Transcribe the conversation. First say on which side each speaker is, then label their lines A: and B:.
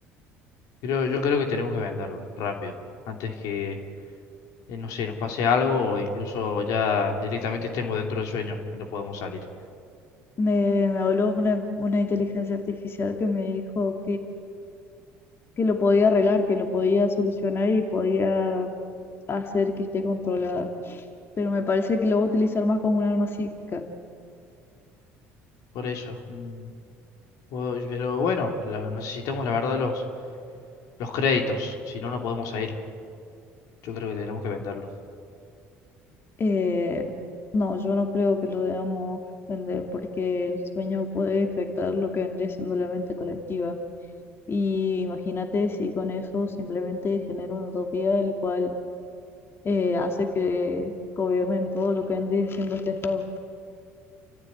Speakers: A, on the left (about 70°); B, on the left (about 40°).
A: pero yo creo que tenemos que venderlo rápido, antes que, eh, no sé, nos pase algo o incluso ya directamente estemos dentro del sueño y no podamos salir.
B: Me, me habló una, una inteligencia artificial que me dijo que lo podía arreglar, que lo podía solucionar y podía hacer que esté controlada. Pero me parece que lo va a utilizar más como un arma psíquica.
A: Por eso, mm, o- pero bueno, la- necesitamos la verdad los... Los créditos, si no, no podemos ir. Yo creo que tenemos que venderlo.
B: Eh, no, yo no creo que lo debamos vender porque el sueño puede infectar lo que vendría siendo la mente colectiva. Y imagínate si con eso simplemente genera una utopía el cual eh, hace que gobiernen todo lo que vendría siendo este estado.